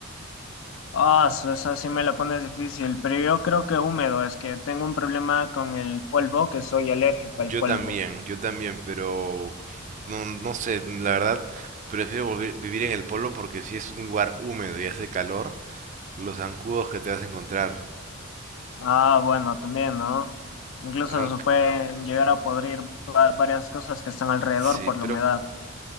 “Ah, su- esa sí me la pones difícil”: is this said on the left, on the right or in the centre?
Left